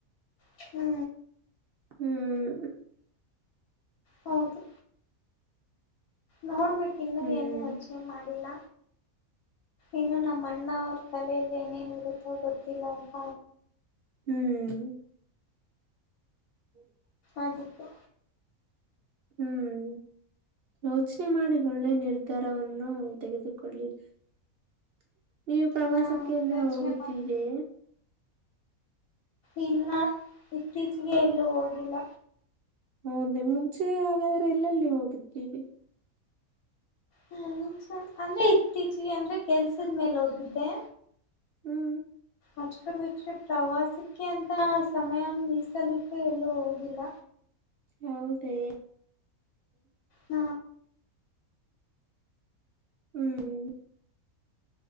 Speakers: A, on the left; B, on the right.
A: ಹ್ಮ್
B: ಹ್ಮ್
A: ಹೌದು ನೋಡ್ಬೇಕ ಇನ್ನು
B: ಹ್ಮ್
A: ಏನು ಯೋಚನೆ ಮಾಡಿಲ್ಲ ಇನ್ನು ನಮ್ಮಣ್ಣ ಅವ್ರ ತಲೆಯಲ್ಲಿ ಏನೇನು ಇರುತ್ತೋ ಗೊತ್ತಿಲ್ಲ ಅಂತ
B: ಹ್ಮ್ ಹ್ಮ್
A: ಅದಕ್ಕೆ
B: ಹ್ಮ್ ಯೋಚನೆ ಮಾಡಿ ಒಳ್ಳೆ ನಿರ್ಧಾರವನ್ನು ತೆಗೆದುಕೊಳ್ಳಿರಿ <inaudible> ನೀವು ಪ್ರವಾಸಕ್ಕೆ
A: ಹಾ
B: ಎಲ್ಲ
A: ಯೋಚನೆ
B: ಹೋಗುತ್ತಿರೆ
A: ಮಾಡಿ ಇಲ್ಲ ಇತ್ತೀಚಿಗೆ ಎಲ್ಲೂ ಹೋಗಿಲ್ಲ
B: ಹೌದ ಮುಂಚೆ ಹಾಗಾದ್ರೆ ಎಲ್ಲಲ್ಲಿ ಹೋಗಿದ್ದೀರಿ
A: ಹ್ಮ ಮುಂಚೆ ಅಂದ್ರೆ ಇತ್ತೀಚಿಗೆ ಅಂದ್ರೆ ಕೆಲ್ಸದ ಮೇಲೆ ಹೋಗಿದ್ದೆ
B: ಹ್ಮ್
A: ಅಷ್ಟ ಬಿಟ್ರೆ ಪ್ರವಾಸಕ್ಕೆ ಎಂತ ಸಮಯನ ಮೀಸಲಿಟ್ಟು ಎಲ್ಲೂ ಹೋಗಿಲ್ಲ
B: ಹೌದೇ
A: ಹ
B: ಹ್ಮ್